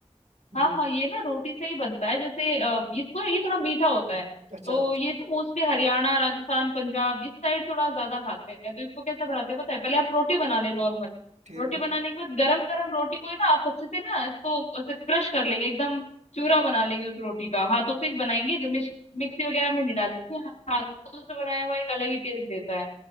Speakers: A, on the right; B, on the left.
A: हम्म
B: हाँ हाँ ये ना रोटी से ही बनता है जैसे अ, इसको ये थोड़ा मीठा होता है
A: अच्छा
B: तो
A: अच्छा
B: ये तो मोस्टली हरियाणा राजस्थान पंजाब इस साइड थोड़ा ज्यादा खाते हैं तो इसको कैसे बनाते हैं पता है पहले आप रोटी बना ले नॉर्मल
A: ठीक
B: रोटी
A: है
B: बनाने के बाद गरम गरम रोटी को ही ना आप अच्छे से ना इसको ऐसे क्रश कर लेंगे एकदम चूरा बना लेंगे उस रोटी का हाथों से ही बनाएंगे जो मिक्स- मिक्सी वगैरह में नहीं डालेंगे हाथों से बनाया हुआ एक अलग ही टेस्ट देता है